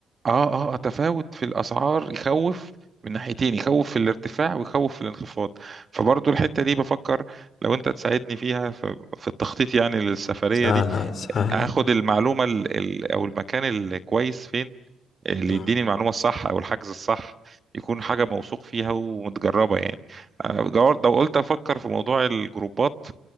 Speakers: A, on the right; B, on the left.
A: اه اه آه، تفاوت في الاسعار يخوف من ناحيتين يخوف في الارتفاع ويخوف في الانخفاض فبرضو الحتة دي بفكر لو انت تساعدني فيها في في التخطيط يعني للسفرية
B: سهله
A: دي
B: سهله
A: هاخد المعلومة ال ال او المكان الكويس فين اللي
B: مم.
A: يديني المعلومة الصح او الحجز الصح يكون حاجة موثوق فيها ومتجربة يعني أنا جوار- لو قلت افكر في موضوع الجروبات